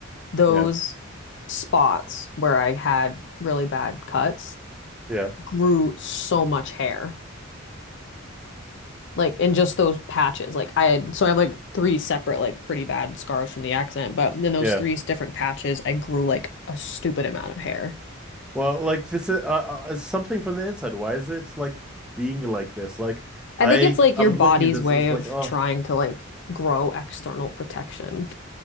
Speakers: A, on the left; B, in the centre.
A: those
B: yeah,
A: spots where I had really bad cuts
B: yeah,
A: grew so much hair. like in just those patches. Like I had, so I have like three separate, like pretty bad scars from the accident, but in those
B: yeah.
A: three different patches, I grew like a stupid amount of hair.
B: Well, like this is uh, uh, something from the inside. Why is it like being like this? Like
A: I
B: I,
A: think it's like
B: I'm
A: your body's
B: looking at this.
A: way
B: It's
A: of
B: like oh,
A: trying to like grow external protection,